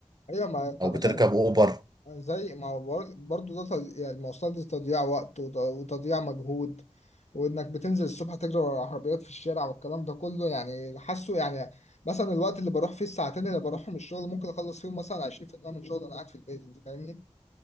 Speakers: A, on the left; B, on the right.
A: أيوة ما تمام
B: او بتركب اوبر
A: زي ما هو بر- برضو ده تضييع يعني المواصلات دي تضييع وقت وت- وتضييع مجهود وانك بتنزل الصبح تجري ورا العربيات في الشارع والكلام ده كله يعني حاسه يعني مثلا الوقت اللي بروح فيه الساعتين اللي بروحهم الشغل ممكن اخلص فيهم مثلا 20% من شغل انا قاعد في البيت انت فاهمني